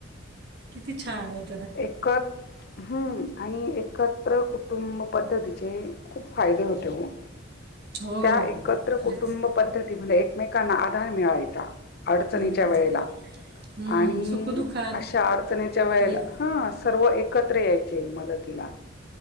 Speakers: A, on the right; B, on the left.
A: किती छान होते
B: एकत हम आणि एकत्र कुटुंब पद्धतीचे खूप फायदे होते वो
A: हो
B: त्या एकत्र
A: खरंच
B: कुटुंब पद्धती म्हणजे एकमेक कांना आधार मिळायचा अडचणीच्या
A: मी
B: वेळेला
A: हम्म,
B: आणि
A: सुखदुःखात
B: अशा अडचणीच्या वेळेला
A: एक
B: हा सर्व एकत्र यायचे मदतीला